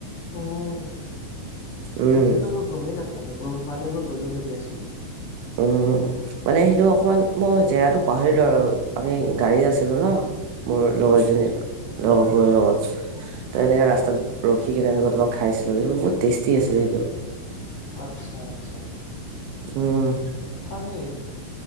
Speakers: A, on the left; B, on the right.
A: অ',
B: উম
A: সেইটোতো মই গমেই নাপালো, গম পালে মই গ'লো হয় দিয়াচোন।
B: অ'। মানে সেইটো অকমান, মই জেগাটো পাহৰিলো আৰু আমি গাড়ীত আছিলো ন। মোৰ
A: উম
B: লগৰজনী লগৰবোৰৰ লগত, ত' এনেকে ৰখি কিনে আমি কৰতোবা খাইছিলো, বহুত তেষ্টি আছিলে সেইটো।
A: অ', আত্ছা, আত্ছা।
B: অ'।
A: ভালেই দেখোন।